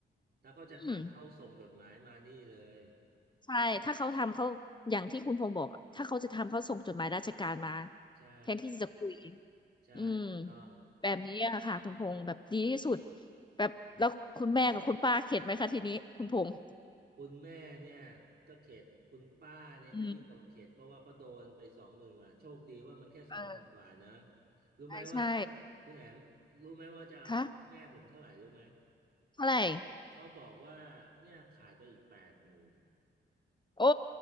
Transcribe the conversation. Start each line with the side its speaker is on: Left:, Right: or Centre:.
Right: ถ้าเขาจะทำเขาส่งจดหมายมานี่เลย
Left: อืม ใช่ถ้าเขาทำเขาอย่างที่คุณพงษ์บอกอะถ้าเขาจะทำเขาส่งจดหมายราชการมา
Right: ใช่
Left: แทนที่จะคุย
Right: ใช่ถูกต้อง
Left: อืมแบบนี้อะค่ะคุณพงษ์แบบดีที่สุดแบบแล้วคุณแม่กับคุณป้าเข็ดไหมคะทีนี้คุณพงษ์
Right: อืม คุณแม่เนี่ยก็เข็ดคุณป้าเนี่ยก็ยิ่งกว่าเข็ดเพราะว่าก็โดนไปสองหมื่นกว่าโชคดีว่ามันแค่สองหมื่นกว่านะ
Left: อืมเออ
Right: รู้ไหมว่า
Left: ใช่ใช่
Right: คุณแอมรู้ไหมว่าจะเอากับแม่ผมเท่าไหร่รู้ไหม
Left: คะเท่าไหร่
Right: เขาบอกว่าเนี่ยขาดไปอีกแปดหมื่น
Left: โอ้